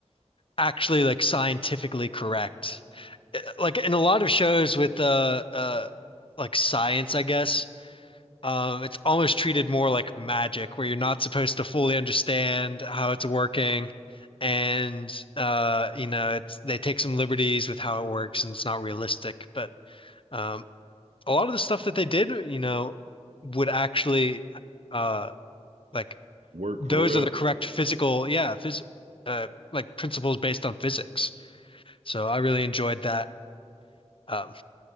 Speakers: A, on the left; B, on the right.
A: actually like scientifically correct. Eh, Like in a lot of shows with the uh, uh like science, I guess, um it's almost treated more like magic where you're not supposed to fully understand how it's working and uh you know it's they take some liberties with how it works and it's not realistic, but um a lot of the stuff that they did, you know, would actually uh like
B: Work
A: those
B: for real.
A: are the correct physical, yeah, phys uh like principles based on physics. So I really enjoyed that um